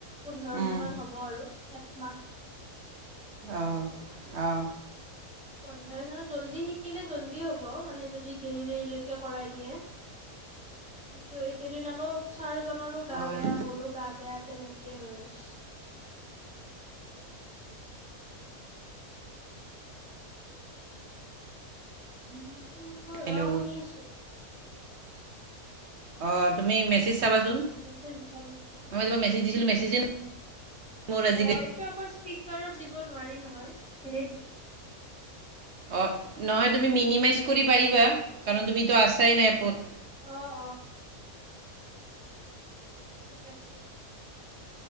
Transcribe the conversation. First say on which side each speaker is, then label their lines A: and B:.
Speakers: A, in the centre; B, on the right.
A: পোন্ধৰ
B: উম,
A: দিন মান হ'ব আৰু একমাহ।
B: আহ-আহ।
A: পোন্ধৰজনত জল্দি শিকিলে জল্দি হ'ব মানে যদি দেৰি দেৰিলৈকে কৰাই দিয়ে। ত এইকেইদিন আকৌ ছাৰজনৰো গা
B: হয়
A: বেয়া মোৰো গা বেয়া তেনেকে হৈ আছে। <unintelligible>
B: হেল্ল'।
A: শুনি আছো
B: অ তুমি মেছেজ চাবাচোন।
A: <unintelligible>
B: মই তোমাক মেছেজ দিছিলো মেছেজে- মোৰ আজিকালি
A: অ এইটো আকৌ স্পীকাৰত দিব নোৱাৰি নহয় হ-
B: অহ নহয় তুমি মিনিমাইজ কৰি পাৰিবা, কাৰণ তুমিতো আছাই না এপত।
A: অ অ ঠিক আছে।